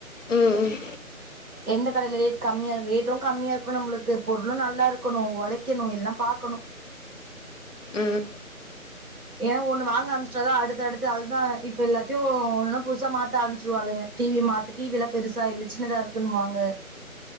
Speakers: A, on the left; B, on the right.
A: ம் ம்
B: எந்த கடையில ரேட் கம்மியா ரேட்டும் கம்மியா இருக்கணும் நம்மளுக்கு பொருளும் நல்லா இருக்கணும் உழைக்கணும் எல்லாம் பாக்கணும்
A: உம்
B: ஏன்னா ஒண்ணு வாங்க ஆரம்பிச்சுட்டாதான் அடுத்தடுத்து அதுதான் இப்ப எல்லாத்தையும் ஒன்னுன்ன புதுசா மாத்த ஆரம்பிச்சுருவாளுஙக டிவி மாத்து டி விலாம் பெருசா இல்ல சின்னதா இருக்குன்னு வாங்க